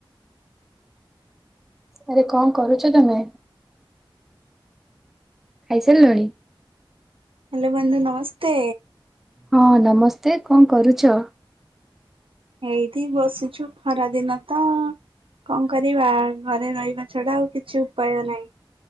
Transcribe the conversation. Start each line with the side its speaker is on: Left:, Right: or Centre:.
Centre: ଆରେ କଣ କରୁଚ ତମେ? ଖାଇସାରିଲଣି?
Right: ହାଲୋ ବନ୍ଧୁ ନମସ୍ତେ।
Centre: ହଁ ନମସ୍ତେ କଣ କରୁଚ?
Right: ଏଇଠି ବସିଚୁ ଖରା ଦିନ ତ। କଣ କରିବା? ଘରେ ରହିବା ଛଡା ଆଉ କିଛି ଉପାୟ ନାହିଁ।